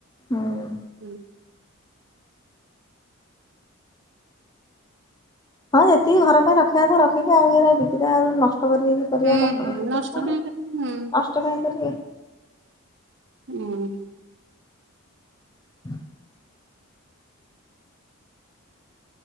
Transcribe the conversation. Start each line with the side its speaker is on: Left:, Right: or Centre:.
Left: ହୁଁ।
Right: ହୁଁ
Left: ହଁ ଯେତିକି ଘର ପାଇଁ ରଖିବା କଥା ରଖିକି, ଆଉ ଏରା ବିକିଦେବା, ଆଉ ନଷ୍ଟ କରିବେ କି? ପରିବା
Right: ହୁଁ
Left: କଷ୍ଟ କରିକି
Right: ନଷ୍ଟ
Left: କରିଚନ୍ତି,
Right: କାହିଁ କରିବୁ ହୁଁ
Left: ନଷ୍ଟ କାଇଁ କରିବେ?
Right: ହୁଁ।
Left: <unintelligible>